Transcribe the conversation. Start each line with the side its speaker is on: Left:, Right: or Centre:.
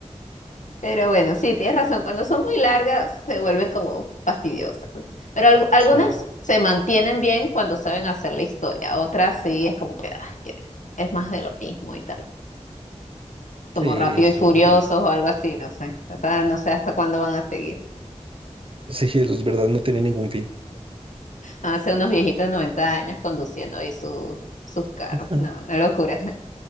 Left: Pero bueno, sí, tienes razón. Cuando son muy largas se vuelven como fastidiosas. ¿no? Pero algu- algunas
Right: Sí,
Left: se mantienen bien cuando saben hacer la historia. Otras sí es como que, ah, que es más de lo mismo y tal. Como
Right: sí,
Left: Rápido
Right: eso
Left: y Furiosos
Right: es verdad. <laughs>
Left: o algo así, no sé. O sea, no sé hasta cuándo van a seguir.
Right: Sí, eso es verdad, no tiene ningún fin.
Left: Van a ser unos viejitos de 90 años conduciendo ahí su- sus carros.
Right: <laughs>
Left: No, una locura.